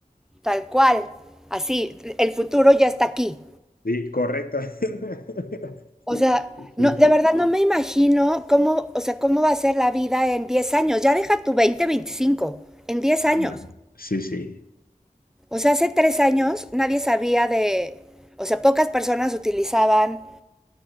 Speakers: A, in the centre; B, on the left.
A: Tal cual. Así, el futuro ya está aquí.
B: Sí, correcto. <laughs>
A: O sea,
B: Sí.
A: no, de verdad no me imagino cómo, o sea, cómo va a ser la vida en 10 años. Ya deja tu 20, 25. en 10
B: Ah,
A: años.
B: ya. Sí, sí.
A: O sea, hace 3 años nadie sabía de, o sea, pocas personas utilizaban,